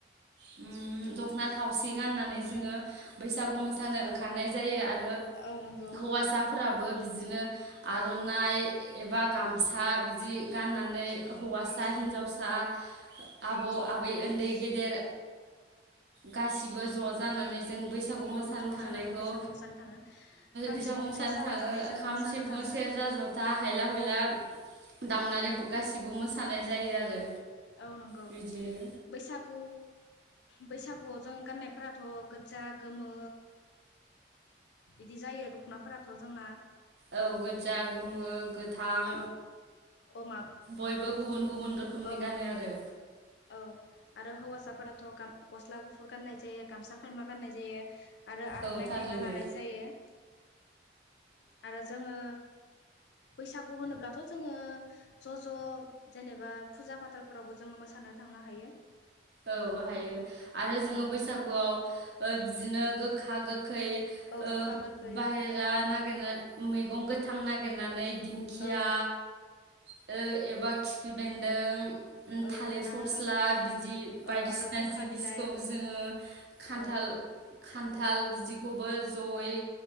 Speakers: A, on the right (about 65°); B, on the left (about 65°).
A: ओम दख'ना थावसि गाननानै जोङो बैसागु मोसानो ओंखारनाय जायो आरो आरो
B: औ नंगौ
A: हौवासाफोराबो बि बिदिनो आर'नाइ एबा गामसा बिदि गाननानै हौवासा हिनजावसा आबौ आब बै उन्दै गेदेर गासिबो ज' जानानै जों बैसाग बैसागु मोसानो
B: औ ज'
A: थांनायखौ
B: जानानै बैसागु मोसानो थाङो खाम
A: बैसागु
B: सिफुं
A: मोसानो
B: सेरजा
A: थाङो
B: लानानै जोङो
A: खाम
B: मोसानो
A: सिफुं
B: थाङो
A: सेरजा जथा हायलाम खयला दामनानै गासिबो मोसानाय जायो आरो
B: औ नंगौ
A: बिदिनो
B: बैसागु बैसागुआव जों गाननायफोराथ' गोजा गोमो बिदि जायो दख'नाफोराथ' जोंना
A: औ गोजा गोमो गोथां
B: औ मा
A: बयबो गुबुन गुबुन रोखोमनि
B: औ
A: गानो आरो
B: औ आरो हौवासाफोराथ' गाम गस्ला गुफुर गाननाय जायो गामसा खायमा फाननाय जायो आरो आर'नाइ
A: औ थारैनो
B: खायमा लानाय जायो आरो जोङो बैसागु होनोब्लाथ' जोङो ज' ज' जेनेबा फुजा फाथालफोरावबो जोङो मोसानो थांनो हायो
A: औ हायो आरो जोङो
B: औ
A: बैसागुआव ओ बिदिनो खा गोखै
B: औ
A: ओ
B: गोखा गोखै
A: बाहेरा नागिरनाय मैगं गो थां नागिरनानै दिंखिया
B: औ
A: ओ एबा खिफि बेनदों उम
B: औ
A: थालिर
B: आरो
A: फस्ला बिदि बायदिसिना
B: औ आरो खुंखा
A: जिनिसखौ
B: बिलाइ
A: जोङो खान्थाल
B: औ
A: खान्थाल बिदिखौबो जयै